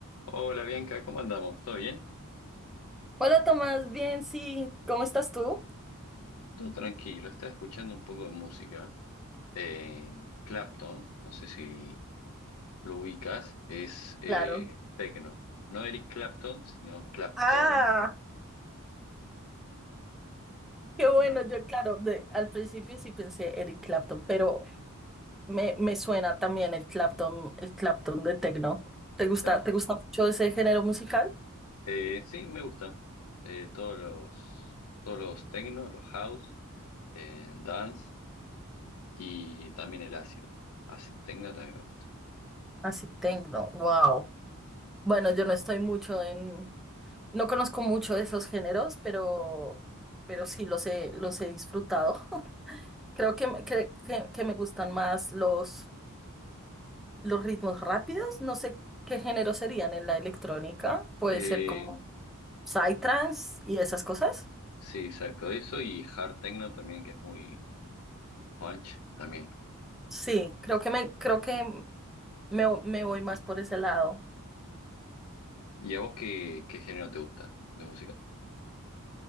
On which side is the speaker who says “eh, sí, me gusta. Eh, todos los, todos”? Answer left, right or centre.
Left